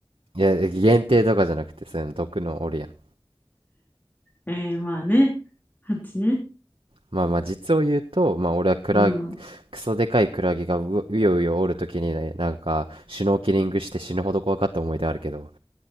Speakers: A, on the right; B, on the left.
A: いや限定とかじゃなくてそういうの毒のおるやん
B: えー、まあね、蜂ね。
A: まあまあ実を言うとまあ俺はクラ
B: うん。
A: クソでかいクラゲがううようよおるときにねなんかシュノーケリングして死ぬほど怖かった思い出あるけど